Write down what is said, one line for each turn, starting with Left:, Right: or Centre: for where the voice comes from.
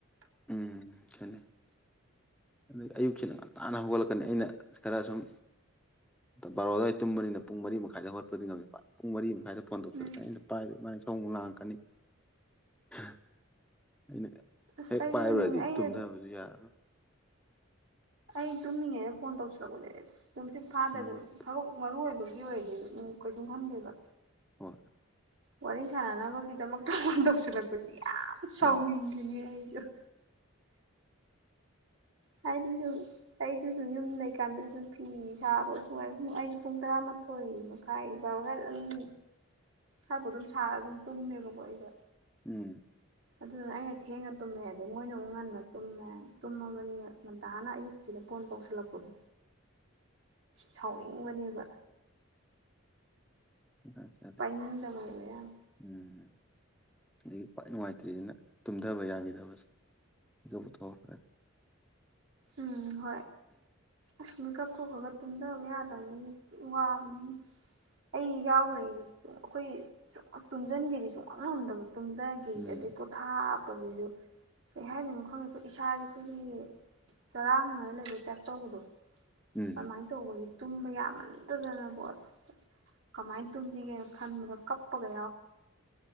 Centre: ꯎꯝ ꯈꯦꯠꯅꯩ ꯑꯗꯩ ꯑꯌꯨꯛꯁꯤꯅ ꯉꯟꯇꯥꯥꯅ ꯍꯧꯒꯠꯂꯛꯀꯅꯤ ꯑꯩꯅ ꯈꯔ ꯁꯨꯝ ꯕꯥꯔꯣ ꯑꯗ꯭ꯋꯥꯏ ꯑꯩ ꯇꯨꯝꯕꯅꯤꯅ ꯄꯨꯡ ꯃꯔꯤ ꯃꯈꯥꯏꯗ ꯍꯣꯠꯄꯗꯤ ꯉꯝꯗꯦ ꯐꯠ ꯄꯨꯡ ꯃꯔꯤ ꯃꯈꯥꯏꯗ ꯐꯣꯟ ꯇꯧꯁꯜꯂꯛꯀꯅꯤ
Right: ꯎꯝ
Centre: ꯑꯩꯅ ꯄꯥꯏꯔꯣꯏ ꯃꯥꯥꯅ ꯏꯁꯧ ꯑꯃꯨꯛ ꯂꯥꯡꯉꯛꯀꯅꯤ ꯍꯍ ꯑꯩꯅ
Right: ꯑꯁ
Centre: ꯍꯦꯛ
Right: ꯑꯩꯁꯨꯅꯤꯅꯦ
Centre: ꯄꯥꯏꯔꯨꯔꯗꯤ
Right: ꯑꯩꯅ
Centre: ꯇꯨꯝꯗꯕꯖꯨ ꯌꯥꯔꯣꯏ
Right: ꯑꯩ ꯇꯨꯝꯃꯤꯉꯩꯅ ꯐꯣꯟ ꯇꯧꯁꯤꯜꯂꯛꯄꯖꯦ ꯑꯦꯁ ꯇꯨꯝꯁꯤꯠ ꯐꯥꯗꯕꯤꯗ
Centre: ꯎꯝ
Right: ꯊꯕꯛ ꯃꯔꯨ ꯑꯣꯏꯕ ꯑꯗꯨꯒꯤ ꯑꯣꯏꯔꯗꯤ ꯎꯝ ꯀꯩꯁꯨꯝ ꯈꯟꯗꯦꯕ
Centre: ꯍꯣꯏ
Right: ꯋꯥꯔꯤ ꯁꯥꯟꯅꯅꯕꯒꯤꯗꯃꯛꯇ ꯐꯣꯟ ꯇꯧꯁꯤꯜꯂꯛꯄꯁꯤ ꯌꯥꯝ ꯁꯥꯎꯅꯤꯡꯕꯅꯤ
Centre: ꯑꯗꯨꯅꯤ
Right: ꯑꯩ ꯂꯧꯁꯤꯟꯕ ꯉꯝꯗꯕ ꯍꯥꯏꯗꯤ ꯁꯨꯝ ꯑꯩꯗ ꯁꯨꯝ ꯌꯨꯝ ꯂꯩꯀꯥꯟꯗ ꯁꯨꯝ ꯐꯤ ꯁꯥꯕ ꯁꯉꯥꯏ ꯑꯩꯁꯨ ꯄꯨꯡ ꯇꯔꯥ ꯊꯣꯛ ꯃꯈ ꯀꯥꯏꯕ ꯍ ꯎꯝ ꯍꯥꯏꯕꯨꯨ ꯑꯗꯨꯝ ꯁꯥꯔꯒ ꯑꯗꯨꯝ ꯇꯨꯝꯃꯦꯕꯀꯣ ꯑꯩꯁꯦ
Centre: ꯎꯝ
Right: ꯑꯗꯨꯗꯨꯅ ꯑꯩꯅ ꯊꯦꯡꯅ ꯇꯨꯝꯃꯦ ꯑꯗꯩ ꯃꯣꯏꯅ ꯑꯃꯨꯛ ꯉꯟꯅ ꯇꯨꯝꯃꯦ ꯇꯨꯝꯃꯕꯅꯤꯅ ꯉꯟꯇꯥꯅ ꯑꯌꯨꯛꯁꯤꯗ ꯐꯣꯟ ꯇꯧꯁꯤꯜꯂꯛꯄꯗꯣ ꯁꯥꯎꯅꯤꯡꯕꯅꯦꯕ
Centre: ꯖꯥꯠ ꯖꯥꯠꯅꯤ
Right: ꯄꯩꯅꯅꯤꯡꯗꯕꯔꯕ ꯌꯥꯝ
Centre: ꯎꯝ ꯑꯗꯒꯤ ꯈ꯭ꯋꯥꯏ ꯅꯨꯡꯉꯥꯏꯇ꯭ꯔꯤꯁꯤꯅ ꯇꯨꯝꯊꯕ ꯌꯥꯈꯤꯗꯕꯁꯦ ꯑꯩꯒ ꯄꯨꯊꯣꯛꯈ꯭ꯔꯗꯤ
Right: ꯎꯝ ꯍ ꯑꯀ ꯈꯈ ꯈꯔ ꯈ ꯇꯨꯝꯊꯕ ꯌꯥꯗꯕꯅꯤ ꯋꯥꯕꯅꯤ ꯑꯩ ꯌꯥꯎꯔꯦ ꯑꯩꯈꯣꯏ ꯁꯨꯡ ꯇꯨꯝꯁꯤꯟꯒꯦꯗꯤ ꯁꯨꯡꯃꯝ ꯉꯝꯗꯕ ꯇꯨꯝꯊꯒꯦꯁ
Centre: ꯎꯝ
Right: ꯑꯗꯩ ꯄꯣꯊꯥꯞ ꯗꯨꯁꯨ ꯀꯩ ꯍꯥꯏꯗꯣꯏꯅꯣ ꯈꯪꯉꯦ ꯑꯩꯈꯣꯏ ꯏꯁꯥꯁꯦ ꯑꯩꯈꯣꯏꯒꯤ ꯆꯔꯥꯅꯔ ꯂꯩꯔꯦ ꯇꯥꯏꯞ ꯇꯧꯕꯗꯣ
Centre: ꯎꯝ
Right: ꯀꯃꯥꯏꯅ ꯇꯧꯕꯒ ꯇꯨꯝꯕ ꯌꯥꯝꯃꯟꯊꯗꯅꯀꯣ ꯑꯁ ꯀꯃꯥꯏꯅ ꯇꯁꯤ ꯈ ꯃ ꯀꯞꯄꯒ